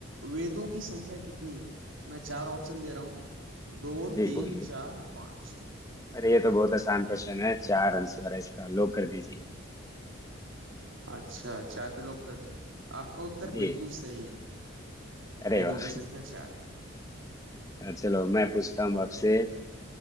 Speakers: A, on the right; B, on the left.
A: वेदों की संख्या कितनी है मैं चार ऑप्शन दे रहा हूँ दो
B: जी
A: तीन
B: बोलिए
A: चार पाँच
B: अरे ये तो बहुत आसान क्वेश्चन है चार आंसर है इसका लो कर दीजिए
A: अच्छा चार पे लॉक कर दे आपका उत्तर
B: जी
A: बिल्कुल सही है
B: अरे
A: वेदों
B: वाह
A: की संख्या चार है
B: चलो मैं पूछता हूँ आपसे